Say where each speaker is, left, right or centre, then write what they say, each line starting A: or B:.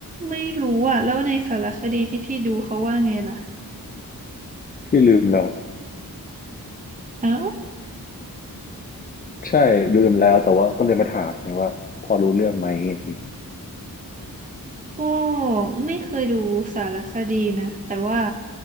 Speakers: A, on the right; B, on the left.
A: ไม่รู้อ่ะแล้วในสารคดีที่พี่ดูเขาว่าไงล่ะ
B: พี่ลืมแล้ว
A: เอ้า
B: ใช่ลืมแล้วแต่ว่าก็เลยมาถามไงว่าพอรู้เรื่องไหมอะไรอย่างงี้
A: ก็ไม่เคยดูสารคดีนะแต่ว่า